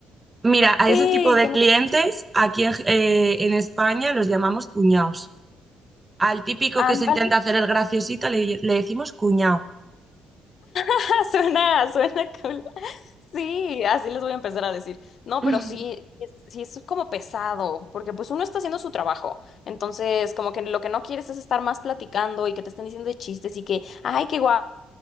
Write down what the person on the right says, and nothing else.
Mira,
a ese tipo de
clientes
aquí en, eh, en España los llamamos cuñados. Al típico
que se intenta hacer el graciosito le, le decimos cuñado.
<laughs>